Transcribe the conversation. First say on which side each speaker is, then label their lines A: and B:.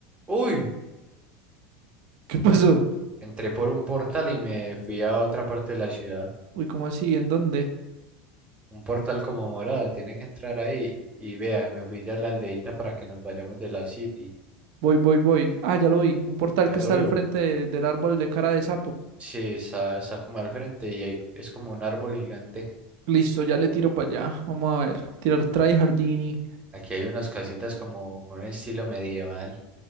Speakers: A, on the right (about 25°); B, on the right (about 65°).
A: ¡Uy!
B: ¿Qué pasó?
A: Entré por un portal y me fui a otra parte de la ciudad.
B: Uy, ¿cómo así? ¿En dónde?
A: un portal como morado, tiene que entrar ahí y vea, me fui ya a la aldeita para que nos vayamos de la city.
B: Voy, voy, voy. Ah, ya lo vi. Un portal
A: ¿Ya
B: que
A: lo
B: está
A: vio?
B: al frente de- del árbol de cara de sapo.
A: Sí, está, está como al frente y ahí es como un árbol gigante.
B: Listo, ya le tiro para allá. Vamos a ver. Tirar tryhardini.
A: Aquí hay unas casitas como con un estilo medieval